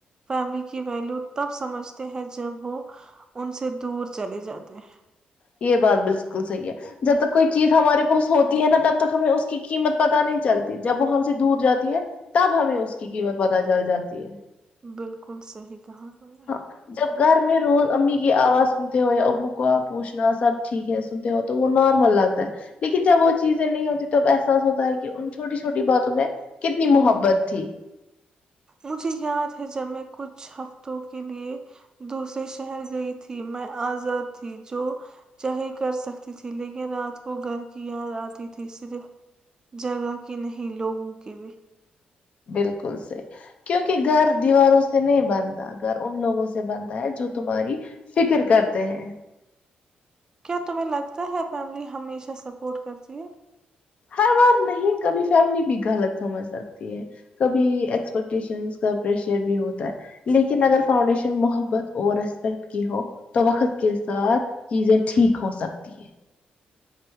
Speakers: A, on the right (about 25°); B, on the left (about 45°).
A: فیملی کی ویلو تب سمجھتے ہیں جب وہ ان سے دور چلے جاتے ہیں
B: یہ بات بالکل صحیح ہے جب تک کوئی چیز ہمارے پاس ہوتی ہے نا تب تک ہمیں اس کی قیمت
A: ہیں
B: پتا نہیں چلتی جب وہ ہم سے دور جاتی ہے تب ہمیں اس کی قیمت پت چل جاتی ہے
A: بالکل صحیح کہا تمنے
B: ہاں جب گھر میں روز امی کی آواز سنتے ہوئے ابو کو آب پوچھنا سب ٹھیک ہے سنتے ہو تو وہ نارمل لگتا ہے لیکن جب وہ چیزیں نہیں ہوتی تب احساس ہوتا ہے کہ ان چھوٹی چھوٹی باتوں میں کتنی محبت تھی
A: مجھے یاد ہے جب میں کچھ ہفتوں کے لئے دوسرے شہر گئی تھی میں آزاد تھی جو چہی کر سکتی تھی لیکن رات کو گھر کی یاد آتی تھی صرف جگہ کی نہیں لوگوں کی بھی
B: بالکل سے کیونکہ گھر دیواروں سے نہیں بنتا گھر ان لوگوں سے بنتا ہے جو تمہاری فکر کرتے ہیں
A: کیا تمہیں لگتا ہے فیملی ہمیشہ سپورٹ کرتی ہے
B: ہر بار نہیں کبھی فیملی بھی غلط سمجھ سکتی ہے کبھی ایکسپیکٹیشن کا پریشر بھی ہوتا ہے لیکن اگر فاؤنڈیشن محبت اور رسپیکٹ کی ہو تو وقت کے ساتھ چیزیں ٹھیک ہو سکتی ہے